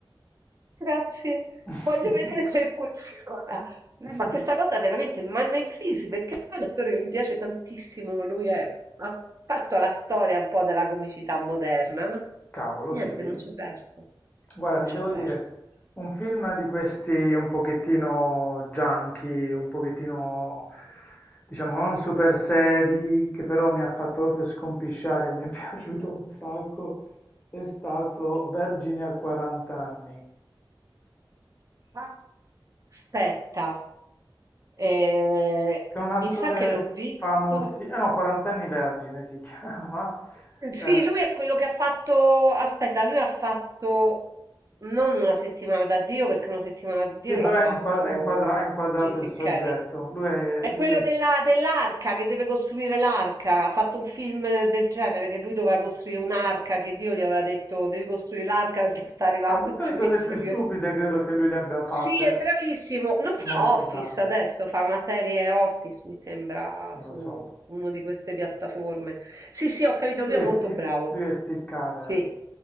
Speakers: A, on the right; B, on the left.
A: Grazie.
B: <laughs>
A: Voglio vedere se funziona.
B: Sì.
A: No, ma questa cosa veramente mi manda in crisi, perché poi è un attore che mi piace tantissimo, lui è ha fatto la storia un po' della comicità moderna, no,
B: Cavolo,
A: niente,
B: sì.
A: non c'è verso,
B: Guarda,
A: non
B: ti
A: c'è
B: devo
A: verso.
B: dire, un film di questi un pochettino junky, un pochettino, diciamo, non super seri, che però mi ha fatto proprio scompisciare, mi è <laughs> piaciuto un sacco, è stato Vergine a 40 anni,
A: Ah, aspetta, ehm,
B: con un
A: mi
B: attore
A: sa che l'ho visto
B: famoso, eh no, 40 anni Vergine si <laughs> chiama,
A: Sì,
B: eh,
A: lui è quello che ha fatto, aspetta, lui ha fatto non una settimana da Dio, perché una settimana da Dio
B: sì, però
A: l'ha fatto
B: è, inqua- è inquadra- è inquadrato
A: Jim
B: il soggetto,
A: Carrey.
B: lui è,
A: È
B: lui
A: quello
B: è
A: della- dell'arca che deve costruire l'arca. Ha fatto un film del genere che lui doveva costruire un'arca che Dio gli aveva detto devi costruire l'arca perché sta arrivando
B: Allora, tutte
A: il giudizio
B: le cose più stupide
A: universale.
B: credo che lui le abbia fatte.
A: Sì, è bravissimo. Non
B: È
A: fa
B: molto
A: Office
B: bravo,
A: adesso, fa una serie Office, mi sembra,
B: non
A: su
B: lo so.
A: una di queste piattaforme. Sì, sì, ho capito,
B: Lui
A: lui è molto
B: è, Steve,
A: bravo.
B: lui è Steve Carell.
A: Sì,